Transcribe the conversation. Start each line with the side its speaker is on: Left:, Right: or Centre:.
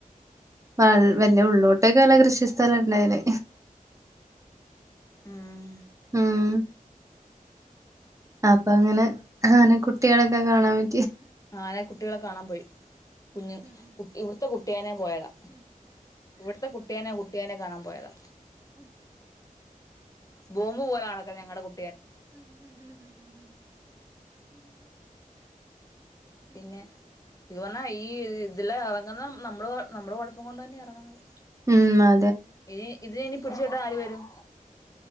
Right: വ വല്യ ഉള്ളോട്ടൊക്കെ അല്ല കൃഷി സ്ഥല ഉണ്ടായന്
Left: ഉം
Right: ഉം അപ്പൊ അങ്ങനെ അങ്ങനെ കുട്ട് കുട്ടികളൊക്കെ കാണാൻ വേ
Left: ആനെ കുട്ടികള് കാണാൻ പോയി കുഞ്ഞു കു ഇവിടുത്തെ കുട്ടിയനെ പോയതാ ഇവിടുത്തെ കുട്ടിയനെ കുട്ടിയനെ കാണാൻ പോയതാ ബോംബ് പോലെ നടക്കും ഞങ്ങളുടെ കു പിന്നെ ഇത് പറഞ്ഞാ ഈ ഇതില് ഇറങ്ങുന്ന നമ്മള് നമ്മള് കുഴപ്പം കൊണ്ട് തന്നെ ഇറങ്ങുന്നത്
Right: ഉം അ
Left: ഏ ഇത് ഇനി പിടിച്ചു കെട്ടാൻ ആര് വരും